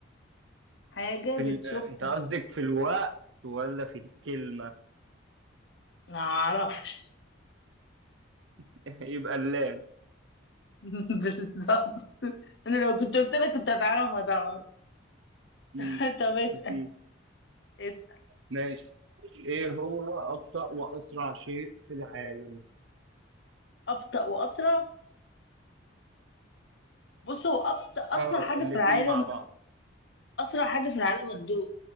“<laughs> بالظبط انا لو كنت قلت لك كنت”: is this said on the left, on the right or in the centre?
Left